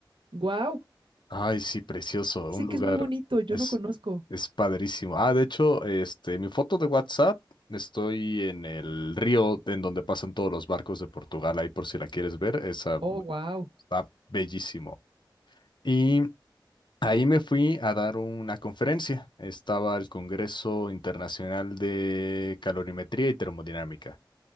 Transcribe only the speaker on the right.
Wow,
Dicen
que es muy bonito, yo
no conozco.
Oh, wow.